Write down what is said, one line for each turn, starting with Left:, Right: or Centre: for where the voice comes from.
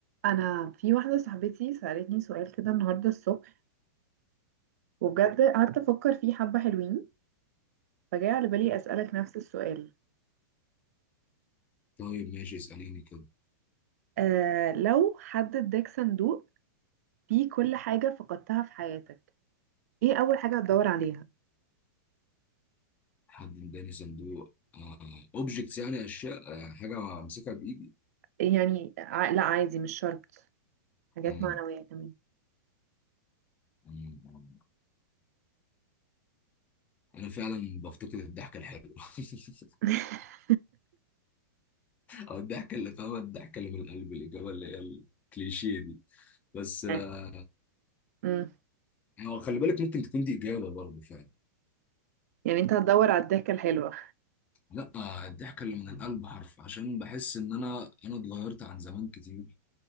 Right: انا في واحده صاحبتي سالتني سؤال كده النهارده الصبح وبجد قعدت افكر فيه حبه حلوين فجاء على بالي اسالك نفس السؤال
Left: طيب ماشي اسأليني كده
Right: آه لو حد اداك صندوق فيه كل حاجه فقدتها في حياتك ايه اول حاجه هتدور عليها
Left: حد اداني صندوق اوبجكتس يعني اشياء آه، حاجه امسكها بايدي
Right: يعني ع- لا عادي مش شرط حاجات
Left: مم،
Right: معنويه كمان
Left: مم، مم. انا فعلا بفتقد الضحكه الحلوه <laughs>
Right: <laughs>
Left: او الضحكه اللي فاهمه الضحكه اللي من القلب الاجابه اللي هي الكليشيه دي بس آه،
Right: يعني امم
Left: هو خلي بالك ممكن تكون دي اجابه برضه فعلا
Right: يعني انت هتدور على الضحكه الحلوه
Left: لا آه، الضحكه اللي من القلب حرف عشان بحس ان انا انا اتغيرت عن زمان كتير